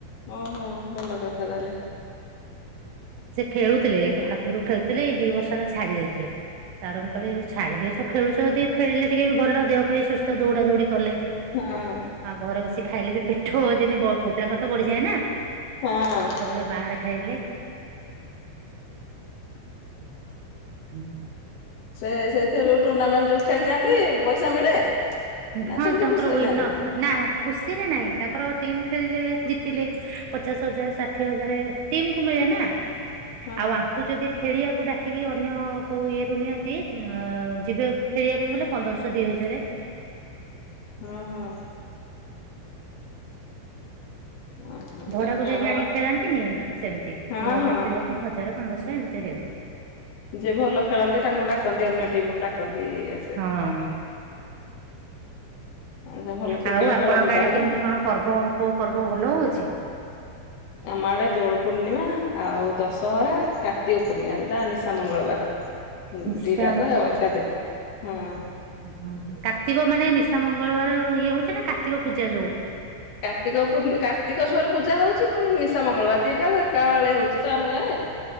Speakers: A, on the left; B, on the right.
A: ଓ ହୋ ଭଲ କଥା ତାହେଲେ।
B: ସେ ଖେଳୁଥିଲେ ଆଗରୁ ଖେଳୁଥିଲେ ଏଇ ଦି ବର୍ଷ ହେଲା ଛାଡି ଦେଇଥିଲେ। ତାପରେ ମୁଁ କହିଲି ଛାଡି ଦେଇଛ ଖେଳୁଛ ଯି ଖେଳିଲେ ଟିକେ ବି ଭଲ ଦେହ ପାଇଁ ସୁସ୍ଥ ଦୌଡା ଦୌଡ଼ି କଲେ।
A: ହଁ ହଁ।
B: ଆଉ ଘରେ ବସି ଖାଇଲେ ବି ପେଟ ଯେମିତି ପୁ ପିଲାଙ୍କର ତ ବଢିଯାଏ ନା ସେ
A: ହଁ
B: ସବୁବେଳେ ବାହାରେ ଖାଇଲେ। ହୁଁ।
A: ସେ ସେଇଥି ଯୋଉ ଟୁର୍ଣ୍ଣାମେଣ୍ଟ ଯୋଉ ଖେଳି ଯାଆନ୍ତି ପଇସା ମିଳେ? ନା
B: ହଁ
A: ସେମିତି
B: ତାଙ୍କରୱ
A: ଖୁସିରେ ଯାଆନ୍ତି?
B: ନା ଖୁସିରେ ନାଇଁ ତାଙ୍କର ଟିମ୍ ଖେଳିଲେ ଜିତିଲେ। ପଚାଶ ହଜାରେ ଷାଠିଏ ହଜାରେ ଟିମକୁ ମିଳେନା
A: ହଁ
B: ଆଉ ଆଙ୍କୁ ଯଦି ଖେଳିବାକୁ ଡାକିକି ଅନ୍ୟ କୋଉ ଇଏରୁୁ ନିଅନ୍ତି ଅଁ ଯିବେ ଖେଳିବା ପାଇଁ ଗଲେ ପନ୍ଦରଶହ ଦିଇ ହଜାରେ
A: ହଁ ହଁ। ଓହୋ
B: ଭଡ଼ାକୁ
A: ତା ଖେଳ
B: ଯେଦି ଆଣିକି ଖେଳାନ୍ତିନି ସେମିତି
A: ହଁ
B: ଇଏଗଲେ
A: ହଁ।
B: ଖେଳିବା ପାଇଁ ହଜାରେ ପନ୍ଦରଶହ ଏମିତି ଦିଅନ୍ତି।
A: ଯିଏ ଭଲ ଖେଳନ୍ତି ତାଙ୍କୁ ଡାକନ୍ତି ଅନ୍ୟ ଟିମରୁ ଡାକନ୍ତି ଆ
B: ହଁ।
A: ଆଚ୍ଛା ଭଲ କ୍ରିକେଟ
B: ଆଉ ଆପଣଙ୍କ
A: ଖେଳନ୍ତି
B: ଆଡ଼େ
A: ତାହେଲେ।
B: କେମିତି କଣ ପର୍ବ କୋଉ ପର୍ବ ଭଲ ହଉଚି?
A: ଆମ ଆଡ଼େ ଦୋଳ ପୂର୍ଣ୍ଣିମା ଆଉ ଦଶହରା କାର୍ତ୍ତିକ ପୂର୍ଣ୍ଣିମା ଯୋଉଟା ନିଶା ମଙ୍ଗଳବାର।
B: ନିଶା
A: ଦିଟାକଁ ଏକାଦିନ୍ ହୁଁ।
B: ହୁଁ ହଁ କାର୍ତ୍ତିକ ମାନେ ନିଶା ମଙ୍ଗଳବାର ଇଏ ହଉଚିନା କାର୍ତ୍ତିକ ପୂଜା ଯୋଉ?
A: କାର୍ତ୍ତିକ ପୂର୍ଣ୍ଣି କାର୍ତ୍ତିସ୍ବର ପୂଜା ହଉଚି ପୁଣି ନିଶା ମଙ୍ଗଳବାର ଦିଟା ଆଙ୍କ ଏକା ବେଳେ ହଉଚିତ ଆମ ଗାଁରେ।